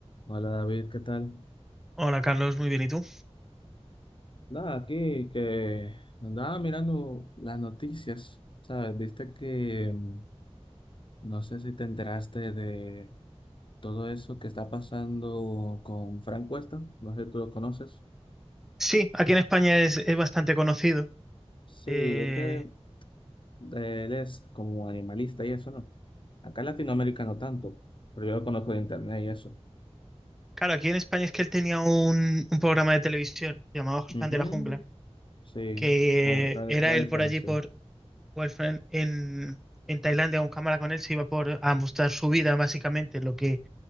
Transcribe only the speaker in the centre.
Hola Carlos, muy bien. ¿Y tú?
Sí, aquí en España es, es bastante conocido.
Eh,
claro, aquí en España es que él tenía un, un programa de televisión llamado
Fan de la Jungla,
que
eh, era
él por
allí,
por Wolfram, en, en Tailandia, con cámara con él, se iba por a mostrar su vida, básicamente, lo que,